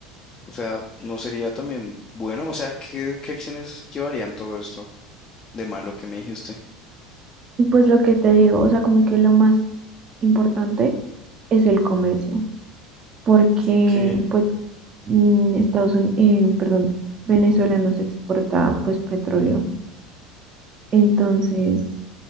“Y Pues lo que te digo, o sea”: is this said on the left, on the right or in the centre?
Right